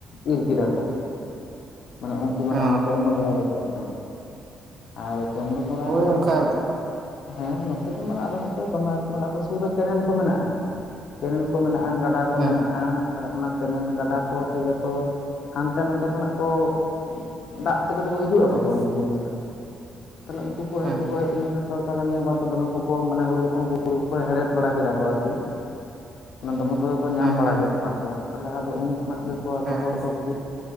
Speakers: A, on the left; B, on the right.
A: ᱤᱨ ᱠᱮᱫᱟ ᱠᱚ ᱾ ᱢᱟᱱᱮ ᱩᱱᱠᱩ ᱢᱟᱱᱮ
B: ᱚ
A: ᱚᱱᱟ ᱪᱚᱱᱫᱨᱚ ᱵᱚᱲᱟ ᱵᱚᱛᱚᱨ ᱛᱮ ᱾ ᱟᱨ ᱪᱚᱱᱫᱨᱚ ᱵᱚᱲᱟ
B: ᱦᱳᱭ
A: ᱟᱨ
B: ᱚᱱᱠᱟ ᱦᱮᱸ
A: <inaudible> ᱦᱮᱸ ᱱᱚᱛᱮ ᱫᱚ ᱢᱟᱱᱮ ᱟᱞᱮ ᱱᱚᱛᱮ ᱫᱚ ᱫᱚᱢᱮ ᱟᱨᱠᱤ ᱥᱩᱨ ᱨᱮ ᱠᱮᱱᱮᱞ ᱠᱚ ᱢᱮᱱᱟᱜᱼᱟ ᱾ ᱠᱮᱱᱮᱞ ᱠᱚ ᱢᱮᱱᱟᱜᱼᱟ ᱜᱟᱰᱟ ᱠᱚ
B: ᱦᱮᱸ
A: ᱢᱮᱱᱟᱜᱼᱟ ᱾ ᱟᱨ ᱚᱱᱟ ᱠᱮᱱᱮᱞ ᱜᱟᱰᱟ ᱠᱚ ᱛᱮᱜᱮ ᱛᱚ ᱦᱟᱱᱛᱮ ᱱᱟᱛᱮ ᱠᱷᱚᱱᱟᱜ ᱠᱚ <inaudible> ᱫᱟᱜ ᱛᱮᱜᱮ ᱛᱚ ᱠᱚ ᱦᱤᱡᱩᱜᱼᱟ
B: ᱦᱮᱸ
A: ᱠᱚ ᱛᱚ ᱩᱱᱠᱩ ᱡᱤᱱᱤᱥᱴᱟᱜ ᱫᱚ ᱾ <inaudible> ᱛᱟᱦᱞᱮ ᱩᱱᱠᱩ ᱠᱚ
B: ᱦᱮᱸ
A: ᱦᱮᱡ ᱠᱚᱠᱚ ᱦᱮᱡ ᱞᱮᱱᱠᱷᱟᱱ ᱫᱚ ᱛᱟᱦᱚᱞᱮ ᱱᱤᱭᱟᱹᱵᱟᱨ ᱫᱚᱢᱮ ᱠᱚᱠᱚᱢ ᱢᱟᱱᱮ ᱦᱩᱲᱩ ᱡᱚᱠᱷᱚᱱ ᱦᱩᱲᱩ ᱠᱚᱠᱚ ᱦᱮᱲᱦᱮᱫ ᱵᱟᱲᱟ ᱠᱮᱫᱟ ᱠᱚ ᱟᱨᱠᱤ ᱾ <inaudible> ᱚᱱᱟ ᱫᱚᱢᱮ ᱠᱚ ᱠᱚ ᱧᱟᱢ ᱵᱟᱲᱟ
B: ᱦᱮᱸ
A: ᱠᱮᱫ
B: ᱦᱮᱸ
A: ᱠᱚᱣᱟ ᱠᱚ, ᱛᱟᱦᱚᱞᱮ ᱟᱫᱚ ᱩᱱ ᱠᱷᱚᱱᱟᱜ ᱜᱮᱠᱚ ᱟᱫᱚ
B: ᱦᱮᱸ
A: ᱦᱚᱲ ᱫᱚ ᱠᱤᱪᱷᱩ